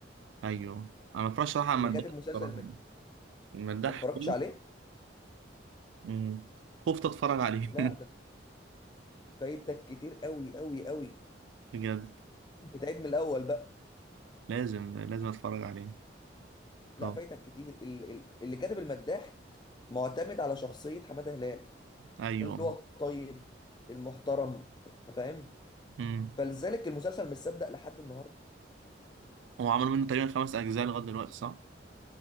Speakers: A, on the right (about 80°); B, on the left (about 25°).
A: ايوه انا ما اتفرجش صراحه على
B: اللي
A: المداح
B: كاتب مسلسل
A: الصراحه
B: مد...
A: المداح
B: ما اتفرجتش
A: كويس.
B: عليه
A: امم خفت اتفرج عليه
B: لا ده فايتك كتير قوي قوي قوي
A: <laughs> بجد
B: انت تعيد من الاول بقى
A: لازم لازم اتفرج عليه طب
B: لا فايتك كتير ال- ال- اللي كاتب المداح معتمد على شخصية حمادة هلال
A: ايوه
B: اللي هو الطيب المحترم أنت فاهم
A: امم
B: فلذلك المسلسل مش صدق لحد النهارده
A: هو عملوا منه تقريبا خمس اجزاء لغايه دلوقتي صح؟